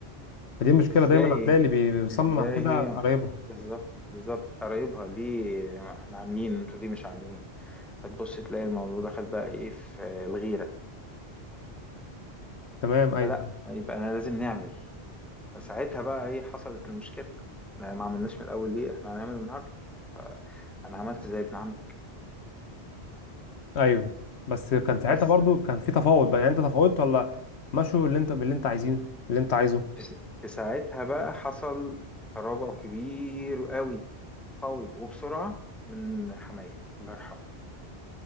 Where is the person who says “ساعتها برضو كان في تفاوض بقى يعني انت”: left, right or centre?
Left